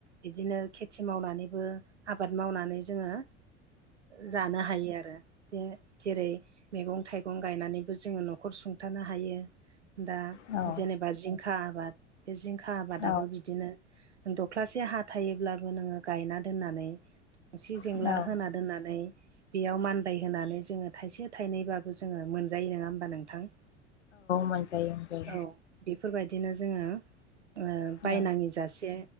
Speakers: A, on the right; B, on the left.
A: बिदिनो खेथि मावनानैबो आबाद मावनानै जोङो जानो हायो आरो बे जेरै मैगं थाइगं मैगं गायनानैबो जोङो न'खर सुंथानो हायो दा
B: औ
A: जेनेबा जिंखा आबाद। बे जिंखा आबादाबो
B: औ
A: गि बिदिनो दख्लासे हा थायोब्लाबो नोङो गायना दोननानै जेंसि जेंला
B: औ
A: होना दोननानै बेयाव मानबाय होनानै जोङो थाइसे थाइनैबाबो बेखौ जोङो मोनजायो नङा होमबा नोंथां?
B: मोनजायो मोनजायो
A: औ बेफोरबायदिनो जोङो ओ बायनाङै
B: औ
A: जासे